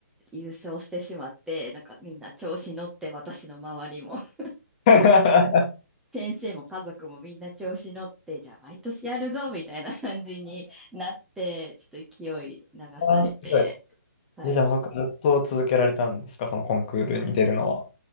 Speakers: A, in the centre; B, on the left.
A: 優勝してしまって、なんかみんな調子乗って、私の周りも、<laughs>
B: <laughs>
A: 先生も家族もみんな調子乗って、じゃあ毎年やるぞみたいな感じになって、ちょっと勢い流されて、
B: あー、すごい。<laughs>
A: はい。
B: え、じゃあもうそこからずっと続けられたんですかそのコンクールに出るのは。